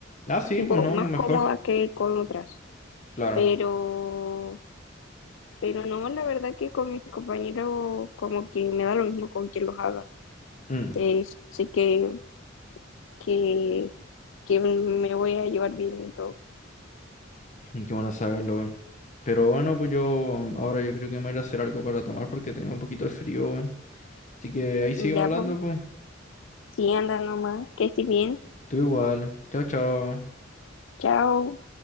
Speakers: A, on the left (about 40°); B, on the left (about 70°).
A: Ah, sí,
B: tipo,
A: pues no,
B: más
A: mejor,
B: cómoda que con otras,
A: claro.
B: pero, pero no, la verdad que con mis compañeros como que me da lo mismo con quien los haga,
A: Mm,
B: Eh, sé que, que, que me voy a llevar bien y todo.
A: <clears throat> qué bueno saberlo, weón. Pero bueno, pues yo ahora yo creo que me voy a ir a hacer algo para tomar porque tengo un poquito de frío, weón. Así que ahí seguimos
B: Ya,
A: hablando,
B: pues,
A: pues.
B: sí, anda nomás, que estés bien,
A: Tú igual. Chao, chao.
B: chao.